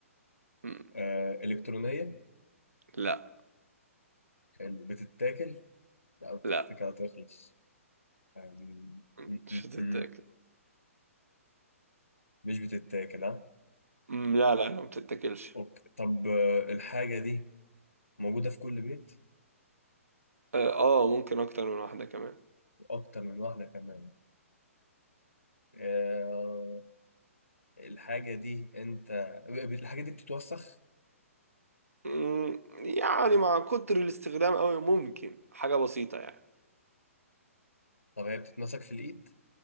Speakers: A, on the right; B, on the left.
A: مم.
B: آه إلكترونية
A: لا
B: حلو. بتتاكل لا بتتاكل
A: لا
B: هتخلص يعني م-
A: مم. مش
B: م-
A: هتتاكل
B: م. مش بتتاكل ها
A: مم. لا لا لا ما بتتاكلش
B: أوكي. طب آه الحاجة دي موجودة في كل بيت
A: اه آه، ممكن اكتر من واحدة كمان
B: أكتر من واحدة كمان آه الحاجة دي أنت الحاجة دي بتتوسخ
A: مم. يعني مع كتر الاستخدام قوي ممكن حاجة بسيطة يعني
B: طب هي بتتمسك في الإيد